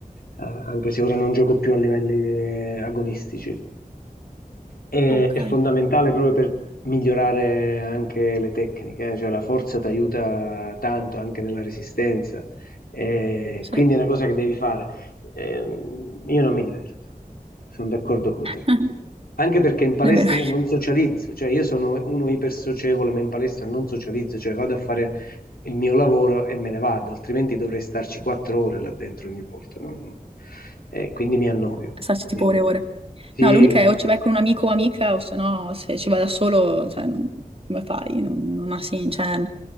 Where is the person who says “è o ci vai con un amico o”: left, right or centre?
Right